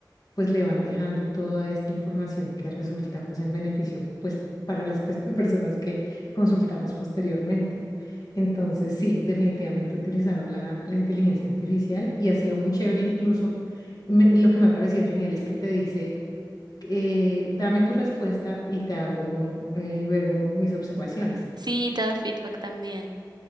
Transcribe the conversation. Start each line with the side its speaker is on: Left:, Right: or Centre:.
Left: pues le van dejando toda esta información que resulta pues en beneficio pues para las pers- <laughs> personas que consultamos posteriormente. Entonces, sí, definitivamente he utilizado la, la inteligencia artificial y ha sido muy chévere incluso. me- lo que me ha parecido genial es que te dice, eh, dame tu respuesta y te hago eh, luego mis observaciones.
Right: Sí, te da feedback también.